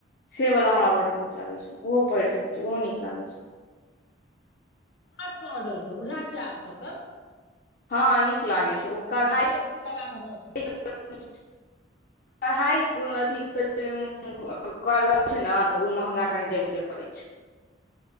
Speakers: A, on the left; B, on the left.
A: से वाला हमरा ब नीक लागै छै ओहो पइढ सकै छी ओहो नीक लागै छै
B: आठ सौ ऑडल के बुझाइ छै आठ सौ क
A: हँ नीक लागै छो ओ कढ़ाइ
B: जी एस टी लगा कऽ नौ सौ
A: कढ़ाइ क अथी कयल रहल छै ने तऽ ओ महगा की देबे करै छै <inaudible>